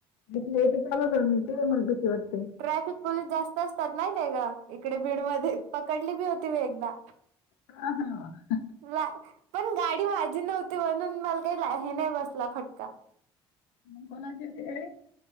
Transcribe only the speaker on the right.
ट्रॅफिक पोलीस जास्त असतात माहितय का इकडे भीड मध्ये पकडली बी होती मी एकदा,
ला पण गाडी माझी नव्हती म्हणून मला काही हे नाही बसला फटका,